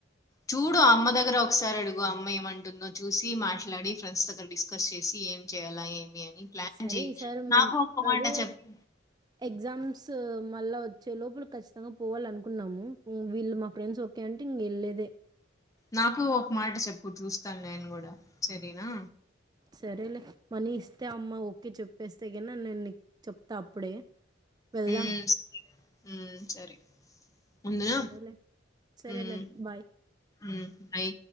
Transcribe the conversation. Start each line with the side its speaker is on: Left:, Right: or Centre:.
Left: చూడు అమ్మ దగ్గర ఒకసారి అడుగు అమ్మ ఏమంటుందో చూసి మాట్లాడి ఫ్రెండ్స్ దగ్గర డిస్కస్ చేసి ఏం చేయ్యాలా ఏమి అని ప్లాన్
Right: సరే
Left: చెయ్యి
Right: ఈసారి మ్మ్
Left: నాకు ఒక
Right: అదే
Left: మాట చెప్పు
Right: ఎగ్జామ్స్ మళ్ళా వచ్చే లోపల ఖచ్చితంగా పోవాల అనుకున్నాము వీళ్ళు మా ఫ్రెండ్స్ ఓకే అంటే ఇంకెళ్ళేదే
Left: నాకు ఒక మాట చెప్పు చూస్తాను నేను కూడా సరేనా
Right: సరే లే మనీ ఇస్తే అమ్మ ఓకే చెప్పేస్తే నీ నేను చెప్తా అప్పుడే వెళ్దాం
Left: ఉమ్, ఉమ్, సరే ఉందినా
Right: సరే లే సరేలే
Left: ఉమ్,
Right: బాయ్
Left: ఉమ్, బై